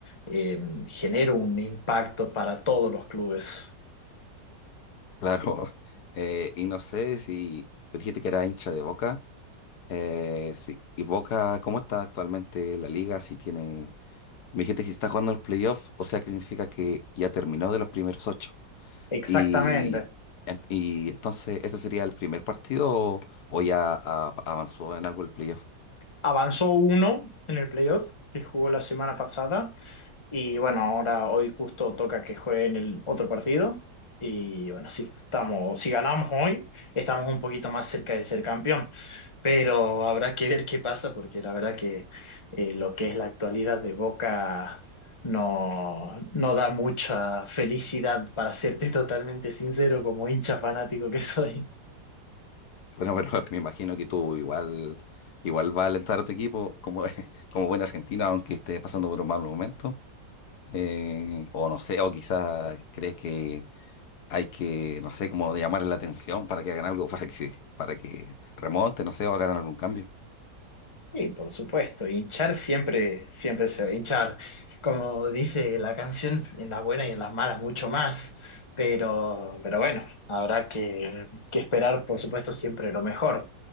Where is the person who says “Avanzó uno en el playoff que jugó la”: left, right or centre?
Left